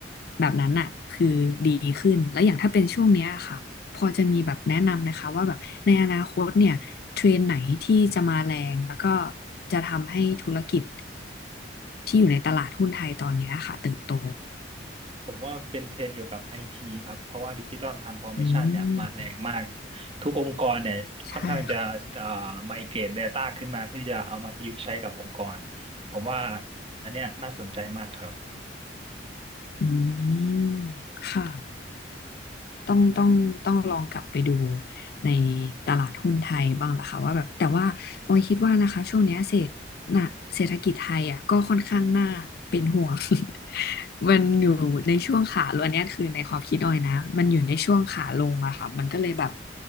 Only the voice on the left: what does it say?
แบบนั้นอะคือดีขึ้นแล้วอย่างถ้าเป็นช่วงเนี้ยค่ะ พอจะมีแบบแนะนำนะคะว่าแบบในอนาคตเนี่ยเทรนด์ไหนที่จะมาแรงแล้วก็จะทำให้ธุรกิจที่อยู่ในตลาดหุ้นไทยตอนเนี้ยค่ะเติบโต
อืม
ใช่ค่ะ
อืมค่ะ ต้องต้องต้องลองกลับไปดูในตลาดหุ้นไทยบ้างล่ะค่ะว่าแบบแต่ว่าออยคิดว่านะคะช่วงเนี้ยเศรษฐน่ะเศรษฐกิจไทยอ่ะก็ค่อนข้างน่าเป็นห่วง <laughs> มันอยู่ในช่วงขาลงอันเนี้ยคือในความคิดออยนะมันอยู่ในช่วงขาลงอะค่ะมันก็เลยแบบ